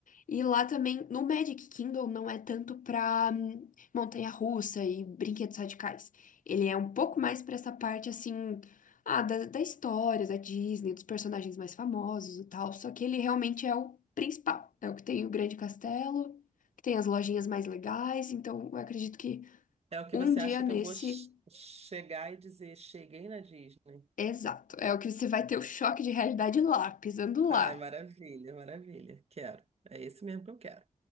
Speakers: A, on the left; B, on the right.
A: E lá também, no Magic Kingdom, não é tanto pra hum, montanha-russa e brinquedos radicais. Ele é um pouco mais pra essa parte, assim, ah, da, da história, da Disney, dos personagens mais famosos e tal. Só que ele realmente é o principal. É o que tem o Grande Castelo, que tem as lojinhas mais legais. Então, eu acredito que
B: É o que
A: um
B: você
A: dia
B: acha
A: nesse,
B: que eu vou ch- chegar e dizer, cheguei na Disney.
A: exato, é o que você vai ter o choque de realidade lá, pisando
B: Ai,
A: lá.
B: maravilha, maravilha. Quero. É esse mesmo que eu quero.